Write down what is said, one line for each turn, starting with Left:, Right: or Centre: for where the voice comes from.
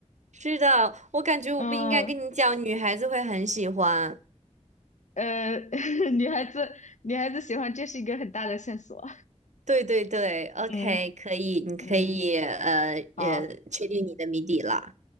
Right: 是的，我感觉我不应该跟你讲，
Left: 嗯，
Right: 女孩子会很喜欢。
Left: 呃，<laughs> 女孩子，女孩子喜欢，这是一个很大的线索。
Right: 对对对，OK，
Left: 嗯
Right: 可以，你可以呃也确定你的谜底了。
Left: 嗯，好，